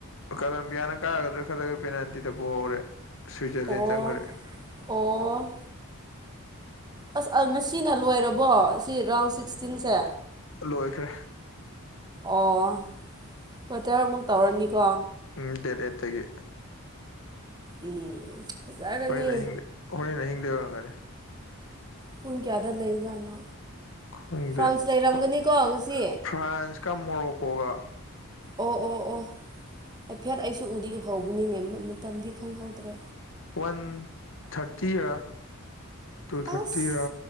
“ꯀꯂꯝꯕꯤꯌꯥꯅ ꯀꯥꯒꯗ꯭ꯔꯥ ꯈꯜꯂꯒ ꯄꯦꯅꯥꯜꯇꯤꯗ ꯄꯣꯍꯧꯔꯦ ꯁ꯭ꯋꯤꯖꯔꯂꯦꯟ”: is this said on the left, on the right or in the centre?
Left